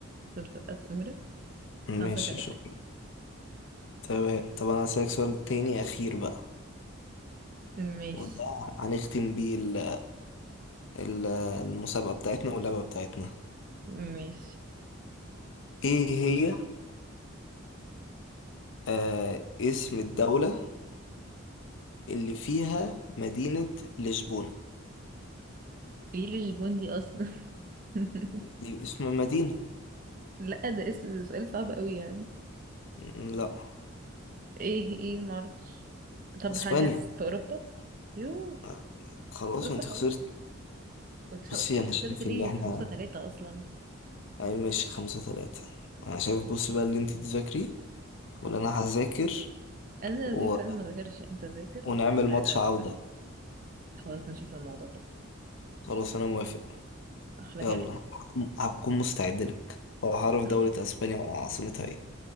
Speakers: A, on the right; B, on the left.
A: شفت بقى السهولة
B: ماشي
A: خمسة تلاتة
B: شكرا تمام طب انا هسألك سؤال تاني اخير بقى
A: ماشي
B: وده هنختم بيه ال- ال- المسابقة بتاعتنا واللعبة بتاعتنا
A: ماشي
B: ايه هي آه اسم الدولة اللي فيها مدينة لشبونة
A: ايه الجبون دي اصلا <laughs>
B: دي اسم مدينة
A: لا ده اسم سؤال صعب قوي يعني
B: م، لا
A: ايه ايه معرفش طب
B: اسبانيا
A: حاجة س- في اوروبا يو
B: آه، خلاص
A: بص
B: انت
A: هقول
B: خسرتي
A: كنت
B: بصي
A: هقول
B: انا
A: خسرت
B: شايف
A: ليه
B: ان احنا
A: خمسة تلاتة اصلا
B: اي ماشي خمسة ثلاثة انا شايف بصي بقى اللي انت تذاكري ولا انا هذاكر
A: انا
B: و...
A: ذاكر انا ما ذاكرش انت ذاكر
B: ونعمل
A: وتعالى
B: ماتش عودة
A: خلاص نشوف الموضوع ده
B: خلاص انا موافق
A: احلى
B: يلا
A: كلام
B: هكون هكون مستعد لك وهعرف
A: أح-
B: دولة اسبانيا عاصمتها ايه